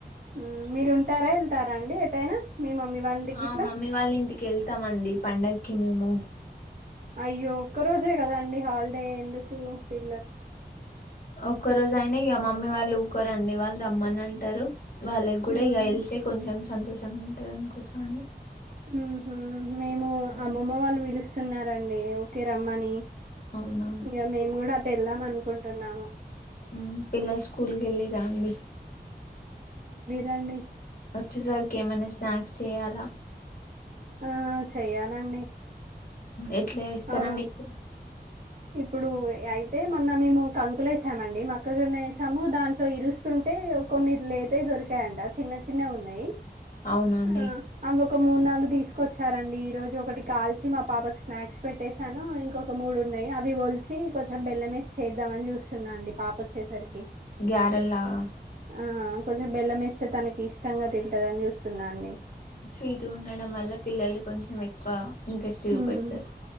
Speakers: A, on the right; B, on the left.
A: ఉమ్ మీరు ఉంటారా, ఎళ్తారా అండి ఎటైనా. మీ మమ్మీ వాళ్ళ ఇంటికి గిట్లా
B: ఆ మమ్మీ వాళ్ళ ఇంటికి ఎళ్తామండి పండగ్కి మేము.
A: అయ్యో ఒక్క రోజే కదా అండి, హాలిడే ఎందుకు తి.
B: ఒక్కో రోజైనా, ఇగ మమ్మీ వాళ్ళు. ఒక రండి, వాళ్ళు రమ్మన్ అంటారు. వాళ్ళగ్ గూడా
A: మ్మ్,
B: ఇగా ఎళ్తే కొంచెం. సంతోషంగా ఉంటదాని కోసాని.
A: ఉహుమ్, మేము
B: అవును
A: అమ్మమ్మ వాళ్ళు పిలుస్త్. స్తున్నారండి, ఓకే రమ్మని.
B: అవునా
A: ఇగా మేం గూడా అత్. వెళ్దాం అనుకుంటున్నాము.
B: ఉమ్ పిల్లల్ స్కూల్కి ఎళ్ళిరా అండి.
A: రండి.
B: వచ్చేసరికి ఏమన్నా స్నాక్స్ చేయాలా?
A: ఆ చెయ్యాలండి.
B: ఎట్ల ఏస్తారండి
A: ఆ
B: ఇప్పుడు.
A: ఇప్పుడు యాయిత్. తే, మొన్న మేము కంకులు ఏసామండి. మక్కజొన్న ఏసాము దాంట్లో ఇరుస్తుంటే కొన్ని లేతయి దొరికాయంట, చిన్న చిన్నగా ఉన్నాయి.
B: అవునండి
A: ఆ అమొక్. ఒక మూడ్, నాలుగు తీసుకొచ్చారండి. ఈ రోజు ఒకటి కాల్చి మా పాపకి స్నాక్స్ పెట్టసాను, ఇంకొక మూడు. ఉన్నాయి. అవి ఓల్సి కొంచెం బెల్లంఎసి, చేద్దామని చూస్తున్నా అండి పాప ఓచ్చేసరికి.
B: గ్యారేల్ లాగా.
A: ఆ కొంచెం బెల్లంఎస్తే, తనకి ఇష్టంగా తింటందని జూస్తున్నా అండి.
B: స్వీట్గా ఉండడం వల్ల పిల్లలు కొంచెం ఎక్కువ. ఇంట్రెస్ట్ చూపెడతారు
A: ఉమ్